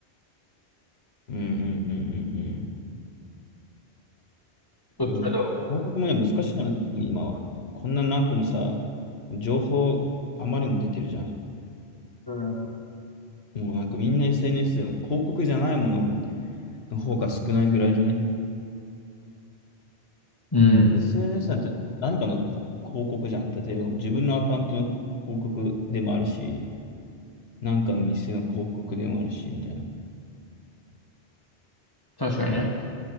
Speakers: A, on the left (about 65°); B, on the left (about 20°).
A: うん、うん、うん、うん。うん
B: どっちかだろ
A: でも広告もね、難しいよね、特に今は。こんな何個もさ、情報あまりにも出てるじゃん。
B: う。うん。
A: もうなんかみんな SNS でも広告じゃないものをの方が少ないぐらいじゃね
B: うん。
A: ?SNS なんて何かの広告じゃん。例えば自分のアカウントの広広告でもあるし、何かの店の広告でもあるし、みたいな。
B: 確かにね。